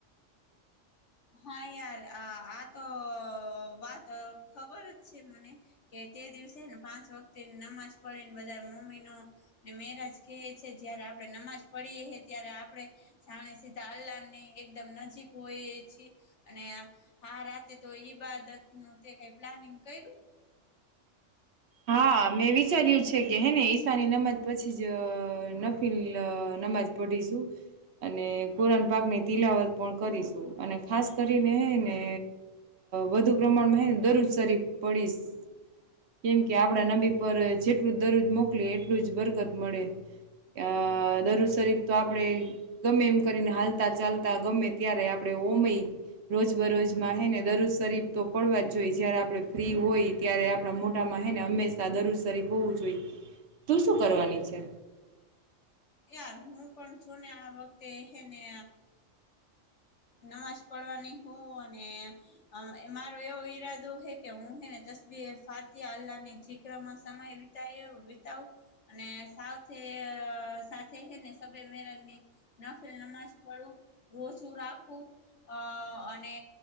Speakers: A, on the left; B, on the right.
A: હા યાર આ આ તો વાત ખબર જ છે મને કે દિવસેને પાંચ વખતે નમાજ પડેને બધા મમ્મી નું ને મેરાજ ક છે જયારે નમાજ પડીએ ત્યારે આપણે જાણે સીધા અલ્લાહ ની એકદમ નજીક હોઈએ છીએ અને હા રાતે તો ઈબાદત નું કઈ પ્લાનિંગ કર્યું
B: હા મેં વિચાર્યું છે કે હે ને ઈશાની નમજ પછી જ નફીલ મજપટીશું અને કુરાન પાકની તિલાવત પણ કરીશું અને ખાસ કરીને ને વધુ પ્રમાણમાં હને દરરોજ સારી પડીશ કેમ કે આપડા નબી પર જેટલું દરરોજ મોકલી એટલું જ બરકત મળે અ દર શરીફ તો આપણે ગમે એમ કરીને હાલતા ચાલતા ગમે ત્યારે આપણે ભૂમિ રોજ બરોજમાં હે ને દરરોજ શરીફ તો પડવા જોઈએ જયારે આપણે ફ્રી હોય ત્યારે આપણા મોટા માં હેને હંમેશા દર સરીફ હોવું જોઈએ તું શું કરવાની છે
A: યાર હું પણ છું ને આ વખતે હ ને નમાજ પડવાની હું અને એ મારો એવો ઈરાદો હે કે હું હે દસ ફાતે અલ્લાહની જક્રમાં સમય વિતા વિતાવ અને સાથે અ સાથે ને સ મેજની નફલ નમાજ પડું રોજું રાખવું આ અને